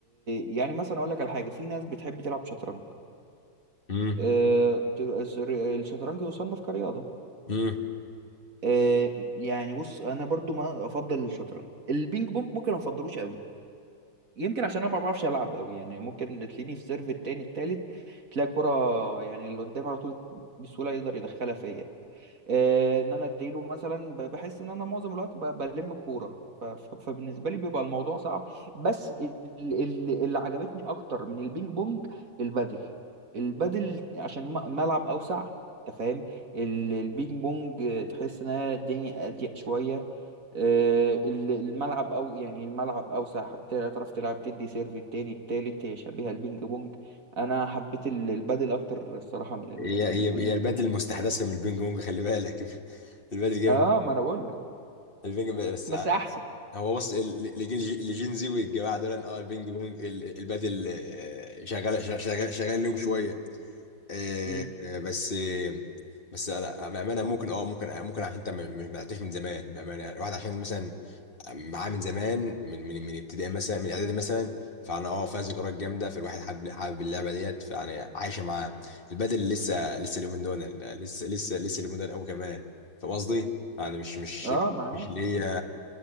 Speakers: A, on the right; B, on the left.
A: يعني مثلا اقول لك على حاجه في ناس بتحب تلعب شطرنج
B: امم
A: آه، ت- الشر- الشطرنج يصنف كرياضه
B: امم
A: آه، يعني بص انا برضو ما افضل الشطرنج البينج بونج ممكن ما افضلوش قوي يمكن عشان انا ما بعرفش العب قوي يعني ممكن تلاقيني في سيرف التاني التالت تلاقي كرة يعني اللي قدامي على طول بسهولة يقدر يدخلها فيا آه، ان انا اديله مثلا ب- بحس ان انا معظم الوقت ب- بلم الكوره ف- ف- فبالنسبه لي بيبقى الموضوع صعب بس ال- ال- اللي عجبتني اكتر من البينج بونج البادل البادل عشان م- ملعب اوسع انت فاهم ال- البينج بونج آه، تحس ان هي الدنيا اضيق شويه آه، ال- الملعب او يعني الملعب اوسع تعرف تلعب تدي سيرف التاني التالت هي شبيهه البينج بونج انا حبيت ال- البادل اكتر الصراحه من ال-
B: هي
A: من
B: هي
A: البينج
B: هي البادل
A: بونج
B: المستحدثه من البينج بونج خلي بالك <laughs> البادل جامد
A: اه ما انا بقول لك
B: البينج بس
A: بس احسن
B: هو بص ال- ال- الجيل اللي جين زي والجماعه دول إن اه البينج بونج ال- ال- البادل آه، شغال شغال شغال شغال لهم شويه آه،
A: مم.
B: آه، بس آه، بس لا بامانه ممكن اه ممكن آه، ممكن عشان انت ما ما- ما لعبتهاش من زمان بامانه يعني الواحد عشان مثلا معاه من زمان من من من ابتدائي مثلا من اعدادي مثلا فانا اه فيها ذكريات جامده فالواحد حابب حابب اللعبه ديت فانا عايشه معاه البدل لسه لسه اليومين دول لسه لسه لسه اليومين دول قوي كمان فاهم قصدي؟ يعني مش مش
A: اه ما انا
B: مش
A: عارف
B: اللي هي